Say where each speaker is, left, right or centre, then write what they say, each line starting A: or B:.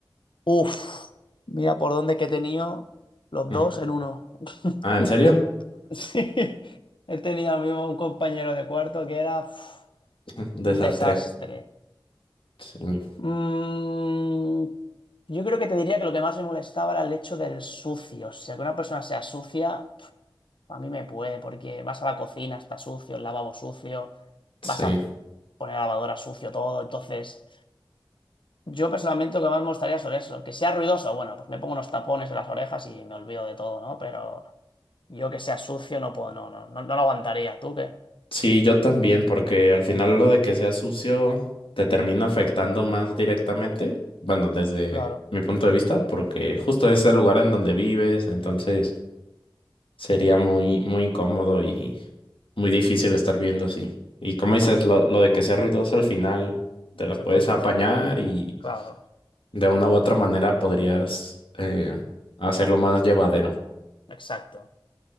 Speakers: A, on the left; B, on the left.
A: Uf. Mira por dónde que he tenido los
B: Mm.
A: dos en uno. <laughs>
B: Ah, ¿en serio?
A: Sí. He tenido mismo un compañero de cuarto que era... uf,
B: <laughs> Desastre.
A: Un desastre.
B: Sí,
A: Mm, yo creo que te diría que lo que más me molestaba era el hecho del sucio. O sea, que una persona sea sucia, pf, a mí me puede, porque vas a la cocina, está sucio, el lavabo sucio,
B: sí.
A: vas a poner la lavadora sucio todo. Entonces, yo personalmente lo que más me gustaría sobre eso. Que sea ruidoso, bueno, pues me pongo unos tapones en las orejas y me olvido de todo, ¿no? Pero yo que sea sucio no puedo, no, no, no, no lo aguantaría. ¿Tú qué?
B: Sí, yo también, porque al final lo de que sea sucio te termina afectando más directamente. Bueno, desde
A: Claro,
B: mi punto de vista, porque justo es el lugar en donde vives, entonces sería muy, muy incómodo y muy difícil estar viendo así. Y como dices,
A: claro,
B: lo, lo de que sea ruidoso al final te las
A: se
B: puedes
A: puede solucionar.
B: apañar y
A: Claro,
B: de una u otra manera podrías eh, hacerlo más llevadero.
A: exacto.